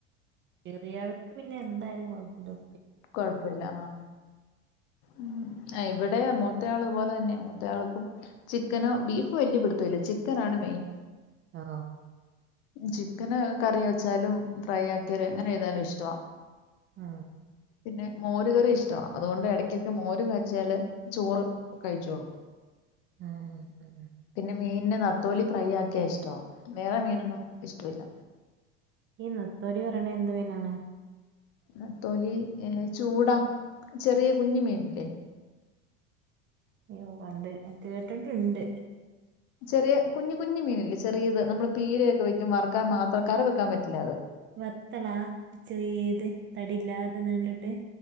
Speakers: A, on the right (about 35°); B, on the left (about 60°).
A: ചെറിയാൾക്ക് പിന്നെ എന്തയാലും കൊഴപ്പല്ല
B: കൊഴപ്പല്ല ആ ഉം ഇവിടെ മൂത്തയാള്തുപോലെ തന്നെ മൂത്തയാൾക്കും ചിക്കനോ ബീഫ് വല്ല്യ പിടുത്തല്ല ചിക്കനാണ് മെയി ഇമ്
A: ആ
B: ചിക്കന് കറി വെച്ചാലും ഫ്രൈ ആക്കിയലും എങ്ങനെഎയ്താലും ഇഷ്ടവാ
A: ആ
B: പിന്നെ മോര് കറി ഇഷ്ട അതുകൊണ്ട് എടക്കൊക്കെ മോര് കാച്ചാല് ചോറ് കഴിച്ചോളു
A: ഉം, ഉം, ഉം.
B: പിന്നെ മീന്നെ നത്തോലി ഫ്രൈ ആക്കിയാ ഇഷ്ടോ വേറെ മീനൊന്നും ഇഷ്ടവില്ല
A: ഈ നത്തോലി പറയണ എന്ത് മീനാണ്
B: നത്തോലി ഏ ചൂടാ ചെറിയ കുഞ്മീന്ല്ലേ
A: അയ്യോ കണ്ട് ഞ കേട്ടിട്ട്ണ്ട്
B: ചെറിയ കുഞ്ഞ് കുഞ് മീന്ല്ലേ ചെറിയത് നമ്മള് പീരയൊക്കെവെക്കും വറക്കാൻമാത്രം കറിവെക്കാൻ പറ്റില്ലഅത്
A: വെത്തലാ ചെറീത് തടില്ലാതെ നീണ്ട്ട്ട്